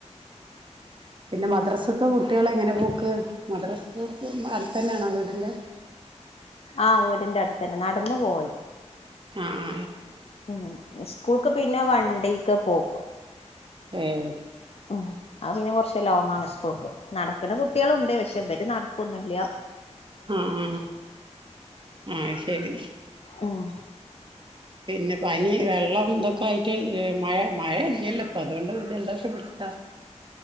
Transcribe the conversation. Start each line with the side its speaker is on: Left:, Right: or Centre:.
Right: പിന്നെ മദ്രസക്ക് കുട്ട്യളെങ്ങനെ പോക്ക് മദ്രസ് അട്ത്തെന്നേണോ വീട്ൻ്റെ?
Left: ആവീട്ൻ്റെ അട്ത്തെനെ നട്ന്ന് പോവല്
Right: ആ ആ
Left: മ്മ് സ്കൂൾക്ക്പിന്നെ വണ്ടിക്ക് പോക്ക്
Right: ഏഹ്
Left: മ്മ് അത് പിന്നെ കൊർച്ച് ലോങ്ങാണ് സ്കൂളുൾക്ക് നടക്ക്ണ കുട്ട്യളുണ്ട് പക്ഷേ ഇവര് നടക്കൊന്നുല്യ
Right: മ് മ് ഉം അശെരി
Left: ഉം
Right: ന്നെ പനി വെള്ളം ദൊക്കെയിട്ട് ങ് മഴ മഴ അ ല്ലേപ്പം അതോണ്ട് ജല്ദോഷം പിട്ച്ചദ